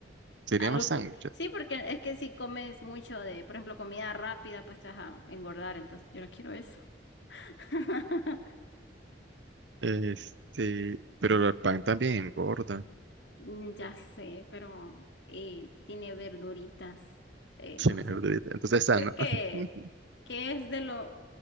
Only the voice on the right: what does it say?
¿serían
los
sándwiches?
Este, pero el pan también engorda.
sin
el Entonces, esa
no.
<laughs>